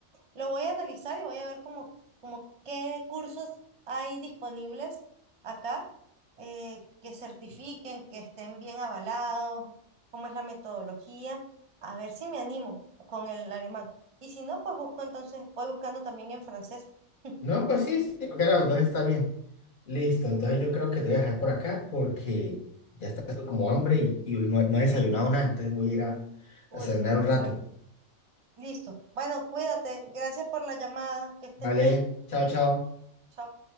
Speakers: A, on the right; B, on the left.
A: Lo voy a analizar y voy a ver como, como qué cursos hay disponibles acá eh, que certifiquen, que estén bien avalados, cómo es la metodología. A ver si me animo con el alemán. Y si no, pues busco entonces, voy buscando también en francés. <laughs>
B: No, pues sí, sí, creo que ahora los dos está bien. Listo, entonces yo creo que te voy a dejar por acá porque ya está haciendo como hambre y, y hoy no, no he desayunado nada, entonces voy a ir a,
A: Uy,
B: a cenar un rato.
A: vale. Listo. Bueno, cuídate. Gracias por la llamada. Que estés
B: Vale,
A: bien.
B: chao, chao.
A: Chao.